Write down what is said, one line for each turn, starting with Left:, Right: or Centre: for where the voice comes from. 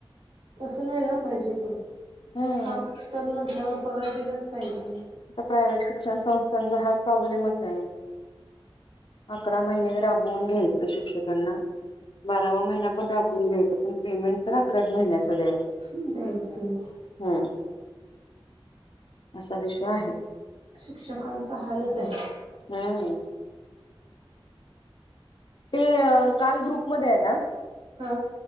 Right: तसं नाही ना पाहिजे पण
Left: हम्म.
Right: काम करतात म्हटल्यावर पगार दिलाच पाहिजे.
Left: आता प्रायव्हेट शिक्षण संस्थांचा हा प्रॉब्लेमच आहे. अकरा महिने राबवून घ्यायचं शिक्षकांना बारावा महिना पण राबून घ्यायचा पण पेमेंट तर अकराच महिन्याच द्यायचं.
Right: द्यायचं.
Left: हम्म असा विषय आहे.
Right: शिक्षकांचा हालच आहे.
Left: हम्म. ते काल ग्रुप मध्ये आहे ना
Right: हा.